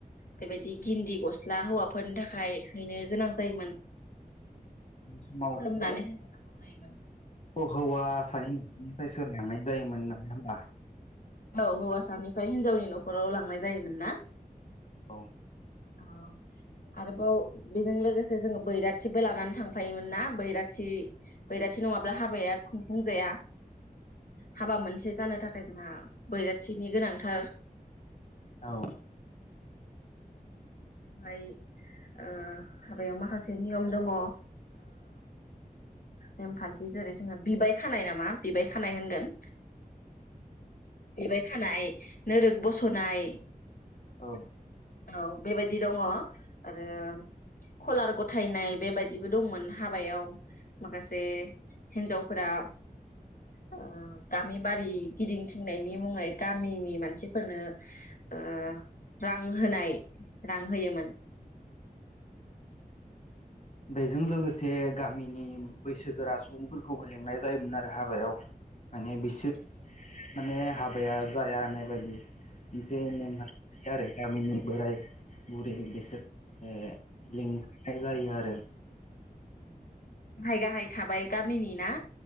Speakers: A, on the left; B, on the left.
A: बेबायदि गिन्दि गस्ला हौवाफोरनि थाखाय हैनो गोनां जायोमोन।
B: समावथ'।
A: खुलुमनानै होबोनांगौ जायोमोन
B: अ हौवा सानि न'खरनिफ्रायसो लांनाय जायोमोन नालाय होनबा।
A: औ हौवासानिफ्राय हिनजावनि न'खराव लांनाय जायोमोन ना।
B: औ
A: औ। आरोबाव बेजों लोगोसे जोङो बैराथिबो लानानै थांफायोमोन ना बैराथि बैराथि नङाब्ला हाबाया खुंफुं जाया। हाबा मोनसे जानो थाखाय जोंहा बैराथिनि गोनांथार।
B: औ।
A: बेवहाय ओ हाबायाव माखासे नियम दङ ओ नेमखान्थि जेरै जोङो बिबाय खानाय नामा बिबाय खानाय होनगोन। बिबाय खानाय, नोरोग बस'नाय।
B: औ।
A: औ बेबायदि। बिदि दङ आरो कलार गथायनाय बेबायदिबो दंमोन हाबायाव माखासे हिन्जावफोरा ओ गामि बारि गिदिंथिंनायनि मुङै गामिनि मानसिफोरनो ओ रां होनाय। रां होयोमोन।
B: बेजों लोगोसे गामिनि बैसोगोरा सुबुंफोरखौबो लेंनाय जायोमोन आरो हाबायाव। माने बिसोर माने हाबाया जाया होननाय बायदि। जे मेम्बार आरो गामिनि बोराय बुरि बिसोर ओ लिं फाय जायो आरो। <inaudible>
A: गाहाय गाहाय थाबाय गामिनि ना।